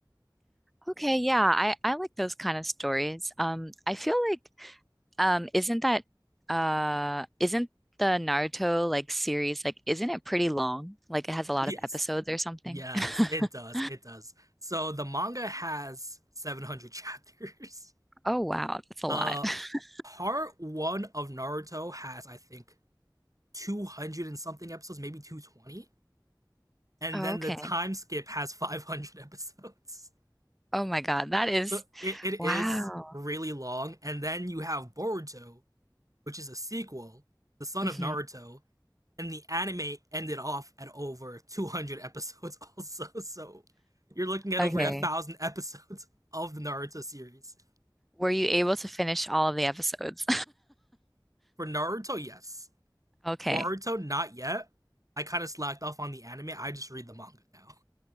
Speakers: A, in the centre; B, on the right.
A: Okay, yeah, I I like those kind of stories. Um, I feel like um isn't that uh isn't the Naruto like series like isn't it pretty long? Like it has
B: <laughs>
A: a lot
B: Yes.
A: of episodes or something?
B: Yes,
A: <laughs>
B: it does. It does. So the manga has 700 <laughs> chapters.
A: Oh wow, that's a lot.
B: Uh
A: <laughs>
B: part one of Naruto has, I think, 200 and something episodes, maybe 220. And
A: Oh,
B: then
A: okay.
B: the time skip has 500 <laughs> episodes.
A: Oh my God, that is
B: So it, it
A: wow.
B: is really long. And then you have Boruto, which is a sequel, the son
A: hmm
B: of Naruto. And the anime ended off at over 200 <laughs> episodes, also. So you're looking at
A: Okay.
B: over a thousand <laughs> episodes of the Naruto series.
A: Were you able to finish all of the episodes?
B: For Naruto, yes.
A: <laughs> Okay.
B: Boruto, not yet. I kind of slacked off on the anime. I just read the manga now